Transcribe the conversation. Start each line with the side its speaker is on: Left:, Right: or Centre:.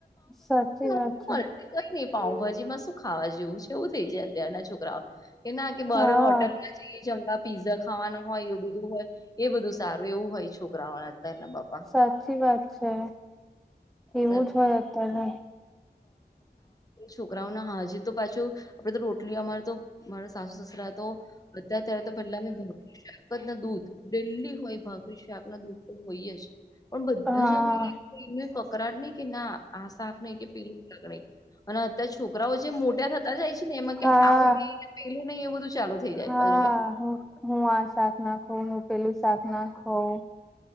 Centre: સાચી વાત
Left: <unintelligible>
Centre: છે
Left: ને કંઈ નહી પાઉંભાજી માં શું ખાવા જેવું છે, એવું થઈ જાય અત્યારના છોકરાઓ કે ના કે બારે
Centre: હા
Left: હોટલના જ <unintelligible> પીઝા ખાવાના હોય, એવું બધું હોય, એ બધું સારું એવું હોય છોકરાઓના અત્યારના બાપ
Centre: સાચી વાત છે.
Left: અત્યારે
Centre: એવું
Left: તો
Centre: જ હોય અત્યારે.
Left: છોકરાઓ ના હાજે તો પાછું આપડે તો રોટલી અમાર તો મારા સાસુ સસરા તો બધા અત્યારે તો પેલા <unintelligible> શાક અને દૂધ, ડેલી હોય, ભાખરી, શાક ને દૂધ તો હોય જ. પણ બધા
Centre: હા
Left: જ અમે <inaudible> એનું કકરાટ નહી કે ના આ શાક નહીં, કે પેલું <inaudible> નહીં, અને અત્યારે છોકરાઓ જે મોટા થત તા જાય છે ને એમાં
Centre: હા
Left: કે <inaudible> નહી ને પેલું નહી એવું બધું ચાલુ થઈ જાય
Centre: હા,
Left: પછી હવે
Centre: હું-હું આ શાક ના ખાવ, હું પેલું શાક ના ખાવ